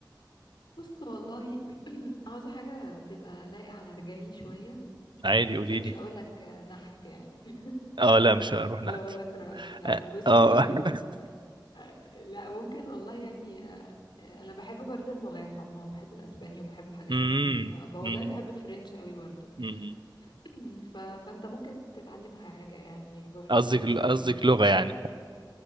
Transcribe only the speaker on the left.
بص والله <clears throat> عاوزه حاجه تبقى لايقه على رجالي شويه
عشان مش
هقول لك نحت يعني <laughs>
ولا
اقول لك رأس لا
بص
يعني
آه، لا ممكن والله يعني آه، انا بحب برضو اللغات عموما بحب الاسباني وبحب حاجات
كتير آه، ب- والله
بحب الفرنش قوي برضو
<clears throat> ف... فانت ممكن تتعلم حاجه يعني برضو
دي